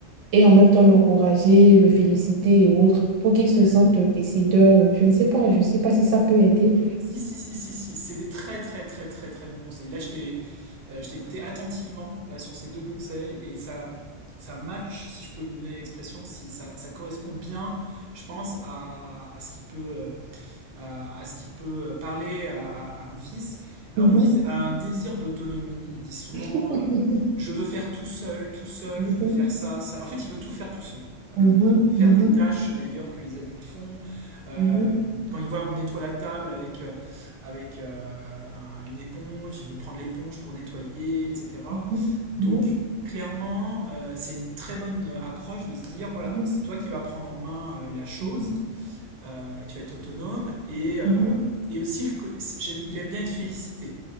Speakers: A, on the right; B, on the right.
A: et en même temps l'encourager, le féliciter et autres pour qu'il se
B: Mmh.
A: sente décideur. Je ne sais pas, je ne sais pas si ça peut aider.
B: Si, si, si, si, si. C'est des très, très, très, très, très bons conseils. Là, je t'ai euh, je t'ai écouté attentivement là, sur ces deux conseils et ça, ça match, si je peux me donner l'expression, si ça, ça correspond bien, je pense, à, à ce qui peut euh, à à ce qui peut parler à, à- à mon fils. Alors,
A: Mhm.
B: mon fils a un désir d'autonomie. Il dit souvent,
A: <laughs>
B: euh, je veux faire tout seul, tout seul,
A: Mhm,
B: je veux faire ça, ça. En fait, il veut tout faire tout seul. Euh,
A: mhm,
B: et il veut faire
A: mhm,
B: des tâches d'ailleurs que les adultes font. Euh,
A: mhm,
B: quand il voit on nettoie la table avec, euh, avec euh, un- une éponge, il veut prendre l'éponge pour nettoyer, etc.
A: mhm,
B: Donc,
A: mhm,
B: clairement, euh, c'est une très bonne approche de se dire, voilà,
A: mhm,
B: c'est toi qui vas prendre en main euh, la chose
A: mhm,
B: euh, et tu vas être autonome. Et, euh,
A: mhm.
B: et aussi, le co- j'aime- il aime bien être félicité.